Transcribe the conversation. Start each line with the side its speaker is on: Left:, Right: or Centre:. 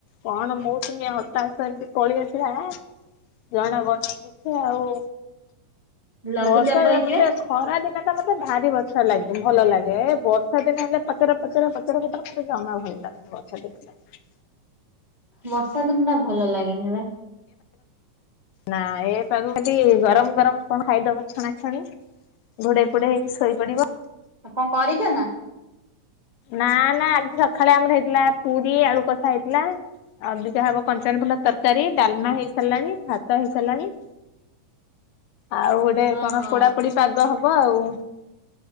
Left: କଣ ମୌସମୀ ହତାଶ ଏମିତି ପଳି ଆସିଲା। ଜଣା ବ ନେଇେଇକିଛି ଆଉ
Right: ଲଘୁଚାପ
Left: ବର୍ଷା
Right: ହେଇଛି
Left: ମତେ-
Right: ବା
Left: ଖରା ଦିନେ ତ ମତେ ଭାରି ବର୍ଷା ଲାଗେ ଭଲ ଲାଗେ ବର୍ଷା ଦିନେ ହେଲେ ପଚରା ପଚରା ସେଟା ସତରେ ମତମତେ ଜମା ଭଲ ଲାଗନି ବର୍ଷା ଦିନ ଟା।
Right: ବର୍ଷା ଦିନ ଟା ଭଲ ଲାଗେନି ବା।
Left: ନା ଏପାଗ ଗରମ ଗରମ କଣ ଖାଇଦବ ଛଣାଛଣି ଘୋଡେଇ ପୋଡେଈ ହେଇକି ଶୋଇ ପଡିବ
Right: ଆଉ କଣ କରିଛ ନା?
Left: ନା ନା ଆଜି ସକାଳେ ଆମର ହେଇଥିଲା ପୁରୀ, ଆଳୁକଷା ହେଇଥିଲା ଅଵିକା ହବ କଞ୍ଚନଫୁଲ ତରକାରୀ ଡାଲମା ହେଇସାଲାଣି ଭାତ ହେଇସାଲାଣି। ଆଉ ଗୋଟେ
Right: ଓହୋ
Left: କଣ ପୋଡା ପୋଡି ପାଗ ହବ ଆଉ